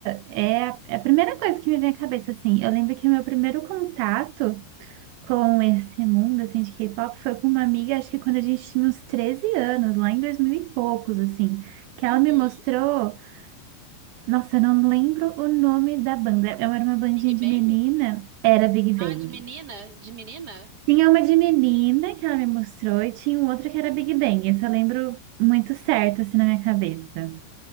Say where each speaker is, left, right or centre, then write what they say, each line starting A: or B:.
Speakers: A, on the right; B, on the right.
A: é a, é a primeira coisa que me vem à cabeça, assim. Eu lembro que o meu primeiro contato com esse mundo assim de K-pop foi com uma amiga, acho que quando a gente tinha uns 13 anos, lá em 2000 e poucos assim, que
B: Uhum.
A: ela me mostrou, nossa, eu não lembro o nome da banda. Eu era uma bandinha
B: Big
A: de
B: Bang?
A: menina, era Big Bang.
B: Ah, de menina? De menina?
A: Tinha uma de menina que ela me mostrou e tinha um outro que era Big Bang. Esse eu lembro muito certo assim na minha cabeça.